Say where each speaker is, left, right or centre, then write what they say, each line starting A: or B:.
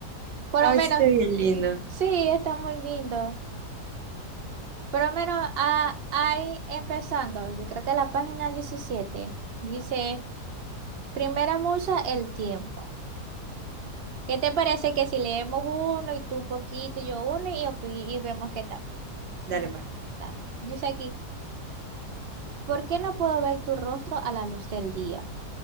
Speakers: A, on the right; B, on the right.
A: Por
B: Ay,
A: lo menos,
B: sí, está bien lindo.
A: sí, está muy lindo. Por lo menos ah, ahí empezando, yo creo que la página 17 dice... Primera musa, el tiempo. ¿Qué te parece que si leemos uno y tú un poquito y yo uno y, opi- y vemos qué tal?
B: Dale, pues.
A: Dale. Dice aquí, ¿por qué no puedo ver tu rostro a la luz del día?